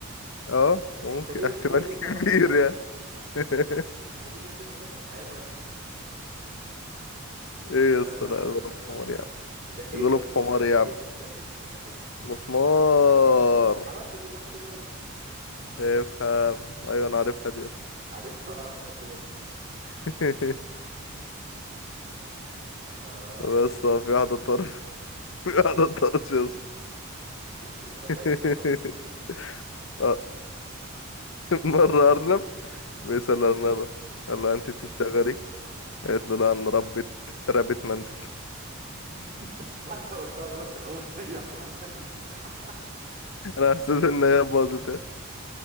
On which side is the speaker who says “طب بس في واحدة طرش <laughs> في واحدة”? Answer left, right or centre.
Left